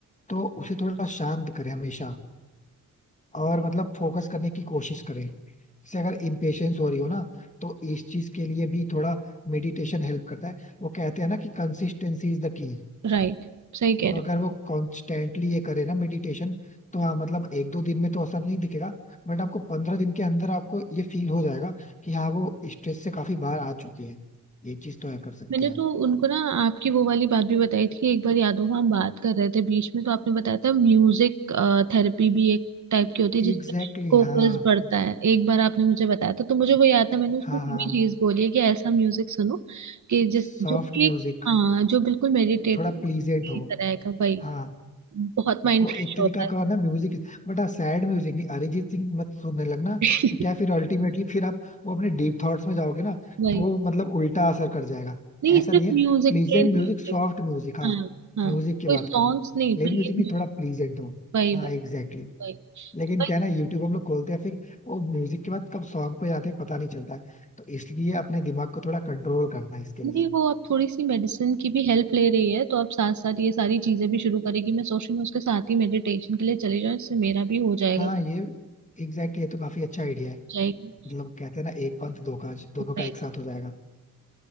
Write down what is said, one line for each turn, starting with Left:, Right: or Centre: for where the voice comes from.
Left: तो उसे थोड़ा शांत करें हमेशा और मतलब फोकस करने की कोशिश करें जैसे अगर इम्पेशेंस हो रही हो ना तो इस चीज के लिए भी थोड़ा मेडिटेशन हेल्प करता है वो कहते हैं ना कि कंसिस्टेंसी इज द की
Right: राइट सही कह
Left: तो
Right: रहे हो
Left: अगर वो कॉन्स्टेंटली ये करे ना मेडिटेशन तो हाँ मतलब एक दो दिन में तो असर नहीं दिखेगा बट आपको पंद्रह दिन के अंदर आपको ये फील हो जाएगा कि हाँ वो स्ट्रेस से काफी बाहर आ चुके हैं ये चीज तो है कर सकते
Right: मैंने
Left: हैं आप
Right: तो उनको ना आपकी वो वाली बात भी बताई थी एक बार याद होगा हम बात कर रहे थे बीच में तो आपने बताया था म्यूजिक थेरेपी भी एक टाइप की होती है जिसमें
Left: एग्जैक्टली
Right: फोकस
Left: exactly, हाँ
Right: बढ़ता है एक बार आपने मुझे बताया था तो मुझे वो याद था मैंने उसको
Left: हाँ
Right: ये
Left: हाँ
Right: भी चीज बोली है कि ऐसा म्यूजिक सुनो कि जिस
Left: Soft
Right: जो कि
Left: music
Right: एक हाँ जो बिल्कुल मेडिटेट
Left: थोड़ा
Right: की
Left: प्लीजेंट हो
Right: तरह का भाई
Left: हाँ
Right: बहुत माइंड
Left: वो
Right: फ्रेश
Left: एक तरीका
Right: होता है
Left: का और ना म्यूजिक बट हाँ सैड म्यूजिक नहीं अरिजीत सिंह मत सुनने लगना
Right: <laughs>
Left: तो क्या फिर अल्टीमेटली फिर आप वो अपने डीप थॉट्स में जाओगे ना
Right: वही
Left: तो वो मतलब उल्टा असर कर जाएगा
Right: नहीं
Left: ऐसा
Right: सिर्फ
Left: नहीं है
Right: म्यूजिक
Left: Pleasant
Right: प्लेन
Left: music
Right: म्यूजिक
Left: soft music हाँ
Right: हाँ हाँ
Left: म्यूजिक की
Right: कोई
Left: बात
Right: सॉन्ग्स
Left: कर रहा हूँ
Right: नहीं
Left: प्लेन
Right: प्लेन
Left: म्यूजिक नहीं
Right: म्यूजिक
Left: थोड़ा प्लीजेंट हो
Right: वही
Left: हाँ
Right: वही
Left: एग्जैक्टली exactly.
Right: वही
Left: लेकिन
Right: वही
Left: क्या है ना यूट्यूब हम लोग खोलते हैं फिर वो म्यूजिक के बाद कब सॉन्ग पे जाते हैं पता नहीं चलता है तो इसलिए अपने दिमाग को थोड़ा कंट्रोल करना है इसके लिए
Right: नहीं वो अब थोड़ी सी मेडिसिन की भी हेल्प ले रही है तो अब साथ साथ ये सारी चीजें भी शुरू करेगी मैं सोच रही हूँ उसके साथ ही मेडिटेशन के लिए चले जाऊँ इससे मेरा भी हो जाएगा
Left: हाँ ये एग्जैक्टली exactly, ये तो काफी अच्छा आइडिया है
Right: जाएगी
Left: मतलब कहते हैं ना एक पंथ दो काज दोनों
Right: सही
Left: का एक साथ हो जाएगा